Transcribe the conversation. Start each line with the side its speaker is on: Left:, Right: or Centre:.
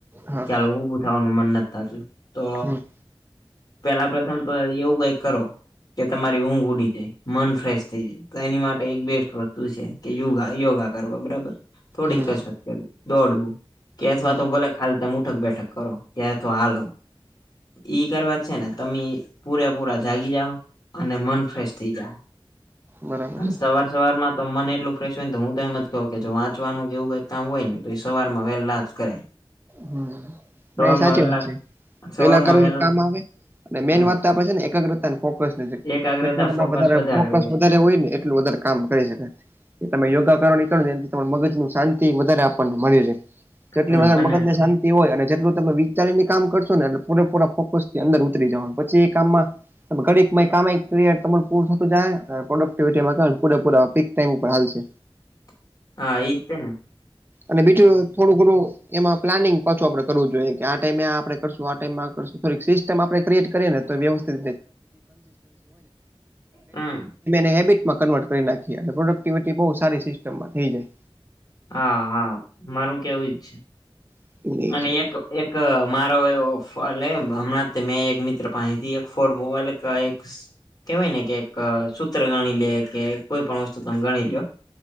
Right: હા
Left: ચાલો ઊભું થવાનું મન નથી થતું તો
Right: હમ
Left: પેલા પ્રથમ તો એવું કઈક કરો કે તમારી ઊંઘ ઉડી જાય મન ફ્રેશ થઈ જાય તો એ એક બેસ્ટ વસ્તુ છે કે યોગા યોગા કરવા બરાબર થોડીક
Right: હમ
Left: કસરત કરવી દોડવું, કે અથવા
Right: હમ
Left: તો ભલે ખાલી તમે ઉઠક બેઠક કરો કે અથવા હાલો ઈ કરવા છેને તમે પૂરેપૂરા જાગી જાઓ અને મન ફ્રેશ થઈ જા હે.
Right: બરાબર છે
Left: સવાર સવાર માં તો મન એટલું ફ્રેશ હોય ને તો હું તો એમ જ કહું કે જો વાંચવાનું એવું કઈ કામ હોય ને તો એ સવાર માં વેલા જ કરાય.
Right: હ
Left: સવારમાં
Right: ન સાચી
Left: વહેલા
Right: વાત છે પેલા
Left: સવારમાં
Right: કર
Left: વહેલા
Right: એ કામ આવે મેન
Left: હમ
Right: વાત તો ને એકાગ્રતા ફોકસ
Left: એકાગ્રતા
Right: જેટલું ત
Left: ફોકસ
Right: વધ
Left: વધારે
Right: ફોકસ વધારે
Left: છે.
Right: હોય ને એટલું વધારે કામ કરી શકાય તમે યોગા કરવાની કરોને એથી મગજ શાંતિ વધારે આપણને મળી રહે. તો જેટલી
Left: હમ
Right: વધાર
Left: અને
Right: મગજ ને શાંતિ <unintelligible> હોય અને જેટલું તમે વિચારીને કામ કરશો ને એટલે પૂરેપૂરા ફોકસ થી અંદર ઉતરી જવાનું પછી એ કામમાં ઘડીક કામ એક ક્રય તને પૂર થતું જાય પ્રોડક્ટિવિટીમાં પૂરે પૂરા પીક ટાઈમ ઉપર હાલશે.
Left: <inaudible> હા ઈ તેેને
Right: અને બીજું થોડું ઘણું એમાં પ્લાનિંગ પાછું આપડે કરવું જોઈએ કે, આ ટાઈમે આપણે કરશું, આ ટાઈમેશું થોડીક સિસ્ટમ આપણે ક્રિએટ કરીએ ને, તો વ્યવસ્થિત
Left: હમ
Right: મેેબિટ કન્ર્ <unintelligible> કરી નાખીએ, એટલે પ્રોડક્ટિવિટી બહુ સારી સિસ્ટમમાં થઈ જાય.
Left: હા, હા, મારું કેવું જ છે,
Right: જાય.
Left: અને એક એક મારો એ ફોલ હમણાં મેં એક મિત્ર પાણીથી એક ફોન મોલ કેહેવાય ને કે, એક સૂત્ર ગણી લે કે, કોઈ પણ વસ્તુ તમે ગણી લો.